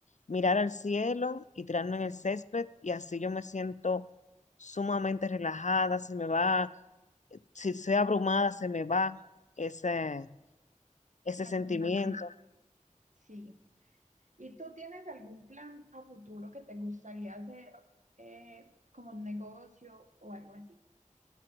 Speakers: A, on the left; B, on the right.
A: Mirar al cielo y tirarme en el césped y así yo me siento sumamente relajada, se me va, si soy abrumada, se me va ese, ese
B: la
A: sentimiento.
B: sensación, sí. ¿Y tú tienes algún plan a futuro que te gustaría hacer eh, como un negocio o algo así?